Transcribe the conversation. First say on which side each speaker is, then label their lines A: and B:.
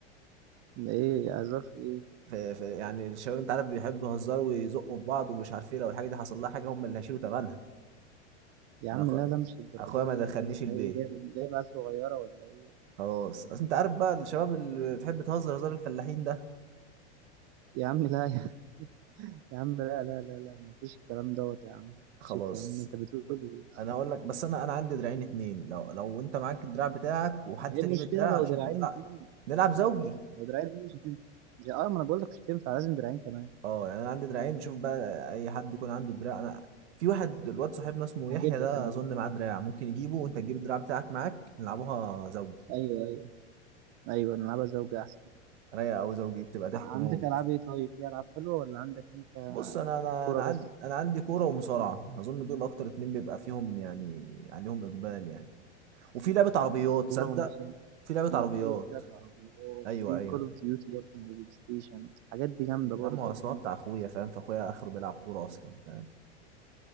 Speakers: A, on the right (about 45°); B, on the right (about 75°).
A: ده ايه عذاب في ايه
B: ف... ف... يعني الشباب انت عارف بيحبوا يهزروا ويزقوا في بعض ومش عارف ايه لو الحاجة دي حصل لها حاجة هم اللي هيشيلوا ثمنها
A: يا
B: انا
A: عم
B: أخو...
A: لا لا مش الدرجات
B: اخويا ما
A: دي
B: دخلنيش
A: يا عم انت
B: البيت
A: ايه جايب جايب عيال صغيره ولا ايه
B: خلاص اصل انت عارف بقى الشباب اللي بتحب تهزر هزار الفلاحين ده
A: يا عم لا يا يا عم لا لا لا لا ما فيش الكلام دوت يا عم ما
B: خلاص
A: فيش الكلام ده انت بتقول ايه
B: انا هقول لك بس انا انا عندي دراعين اتنين لو لو انت معاك الدراع بتاعك وحد
A: ما هي
B: تاني
A: المشكلة
B: يجيب الدراع
A: لو
B: عشان
A: دراعين
B: نلعب
A: اتنين
B: نلعب زوجي
A: اه لو دراعين اتنين مش هتنفع مش- اه ما انا بقول لك مش هتنفع لازم دراعين كمان
B: اه يعني انا عندي دراعين نشوف بقى اي حد يكون عنده دراع انا في واحد الواد صاحبنا اسمه
A: هجيب
B: يحيى ده
A: لك انا
B: اظن
A: هجيب.
B: معاه دراع ممكن يجيبه وانت تجيب الدراع بتاعك معاك نلعبوها زوجي
A: ايوه ايوه ايوه نلعبها زوجة احسن
B: رايقه او زوجي بتبقى ضحك
A: ع-
B: موت
A: عندك العاب ايه طيب في العاب حلوة ولا عندك انت
B: بص انا انا
A: كورة
B: انا
A: بس
B: عندي انا عندي كوره ومصارعه اظن دول اكتر اتنين بيبقى فيهم يعني عليهم اقبال يعني وفي لعبه عربيات
A: كورة
B: تصدق
A: ومسابقات
B: في لعبه
A: في
B: عربيات
A: ايوه في لعبة عربيات
B: ايوه
A: وفي
B: ايوه
A: كول اوف ديوتي يا ابني وبلاي ستيشن الحاجات دي جامدة
B: يا
A: برضه
B: عم هو
A: يا
B: اصلا
A: زميلي.
B: بتاع اخويا فاهم فاخويا اخره بيلعب كوره اصلا فاهم